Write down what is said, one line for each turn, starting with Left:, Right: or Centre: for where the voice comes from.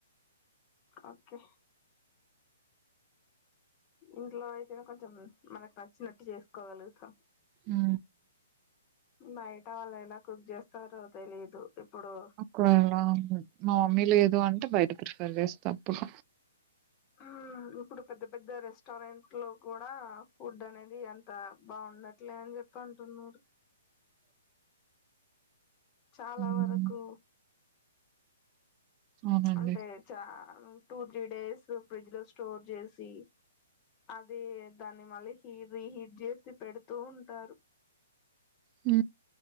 Left: ఓకే ఇంట్లో అయితేనె కొంచెం మనకు న చ్చినట్టు చేస్కోగలుగుతం.
Right: ఉ
Left: బైట వాళ్ళ్ ఎల కుక్ జెస్తారో తెలీదు. ఇప్పుడు
Right: అ కొయ్యిల ఉంటది. మా మమ్మీ లేదు అంటే బయట ప్రిఫర్ చేస్త అప్పుడు
Left: ఆ ఎపుడు పెద్ద పెద్ద రెస్టారెంట్ లో కూడా ఫుడ్ అనేది అంత బావుండట్లే అని చెప్పి అంటున్నారు. చాలా
Right: మ్మ్
Left: వరకు
Right: అవునండి
Left: ప్చ్ అంటే చా టూ త్రీ డేస్ ఫ్రిడ్జ్ లో స్టోర్ చేసి, అదే దాన్ని మళ్ళీ హీరి హీట్ జేసి పెడుతూ ఉంటారు.
Right: హు,